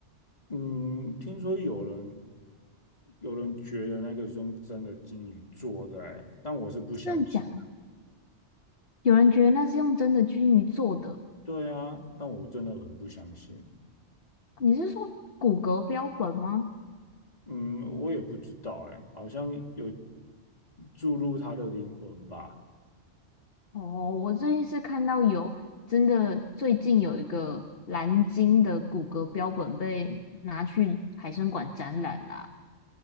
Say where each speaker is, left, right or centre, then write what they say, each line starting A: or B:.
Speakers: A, on the left; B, on the left.
A: 嗯，听说有人有人觉得那个是用真的金鱼做的、欸，但我是不相信的。
B: 真的假的有人觉得那是用真的金鱼做的，
A: 对啊，但我真的很不相信。
B: 你是说骨骼标本吗？
A: 嗯，我也不知道、欸，哎，好像有注入它的灵魂吧？
B: 哦，我最近是看到有真的，最近有一个蓝鲸的骨骼标本被拿去海参馆展览啦。